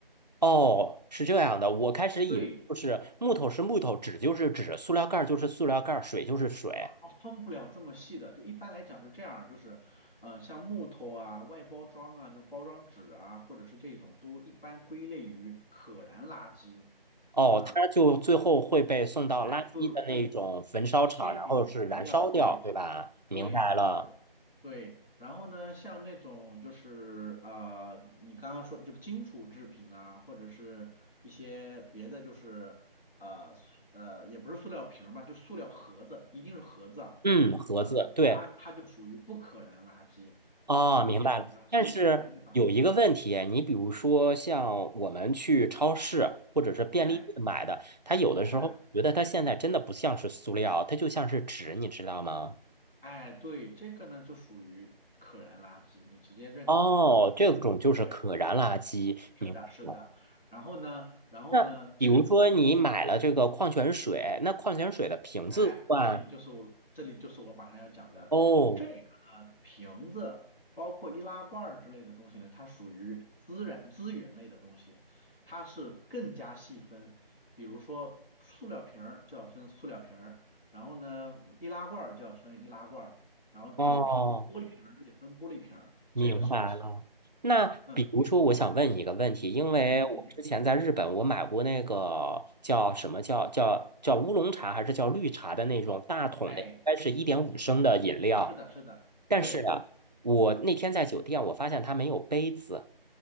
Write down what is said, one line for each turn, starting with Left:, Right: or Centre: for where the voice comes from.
Right: 哦，是这样的，我开始以为就是木头是木头，
Left: 对，
Right: 纸就是纸，塑料盖儿就是塑料盖儿，水就是水。
Left: 啊，分不了这么细的。就一般来讲是这样，就是，呃，像木头啊、外包装啊、这种包装纸啊，或者是这种，都一般归类于可燃垃圾
Right: 哦，
Left: 啊，
Right: 它就最后会被送到垃圾的那种焚烧厂，
Left: 哎，对，会直接给你焚掉。
Right: 然后是燃烧掉，
Left: 对
Right: 对吧？明白了。
Left: 对，对，然后呢，像那种就是啊、呃你刚刚说就金属制品啊，或者是一些别的，就是呃塑呃，也不是塑料瓶儿吧，就塑料盒子，一定是盒子啊，
Right: 嗯，盒子，
Left: 呃，
Right: 对，
Left: 它它就属于不可燃垃圾，
Right: 哦，
Left: 啊、你得把它收，
Right: 明白了。但是有一个问题，
Left: 你得把，嗯，
Right: 你比如说像我们去超市或者是便利店买的，
Left: 哎
Right: 它有的时候觉得它现在真的不像是塑料，
Left: 哎
Right: 它就像是纸，你知道吗？
Left: 哎，对，这个呢就属于可燃垃圾，你直接认可燃就可以了，
Right: 哦，这种就是可燃垃圾，
Left: 对。是的，
Right: 明白了。
Left: 是的，然后呢，然后呢，
Right: 那比如说你买了这个矿泉水，
Left: 这个就
Right: 那矿泉水的瓶子算。
Left: 哎，这里就是我，这里就是我马上要讲的这个呢，
Right: 哦，
Left: 瓶子包括易拉罐儿之类的东西呢，它属于资源资源类的东西，它是更加细分，比如说塑料瓶儿就要分塑料瓶儿，然后呢，易拉罐儿就要分易拉罐儿，然后酒瓶子、
Right: 哦，
Left: 玻璃瓶儿就得分玻璃瓶儿，
Right: 明白了。
Left: 这个是要细分
Right: 那比如说，
Left: 嗯
Right: 我想问你一个问题，因为我之前在日本，
Left: 嗯嗯嗯，
Right: 我买过那个叫什么叫叫叫乌龙茶还是叫绿茶的那种大桶的，
Left: 哎，
Right: 应该是一点五升的饮料。
Left: 是的，是的，
Right: 但是啊，
Left: 对，
Right: 我那天在酒店，我发现它没有杯子，